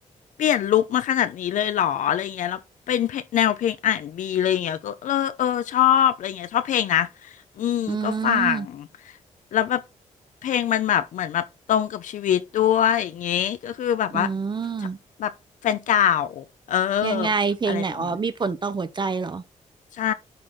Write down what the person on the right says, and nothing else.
อืม
อืม
ยังไงเพลงไหนอ๋อมีผลต่อหัวใจเหรอ